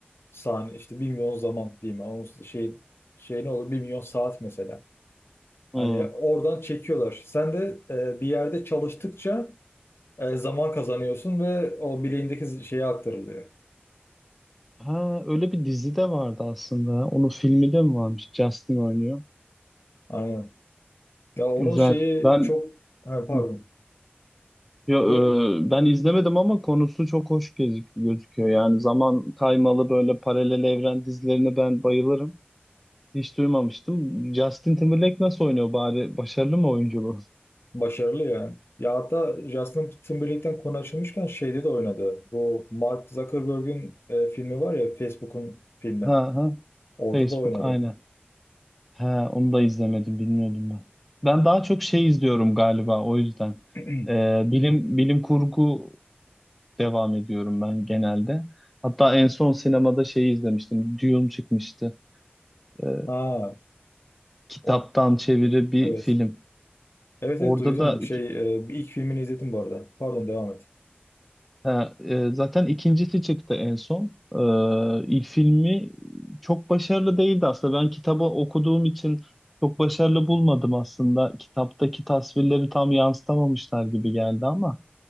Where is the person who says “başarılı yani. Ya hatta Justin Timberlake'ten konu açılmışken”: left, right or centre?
Left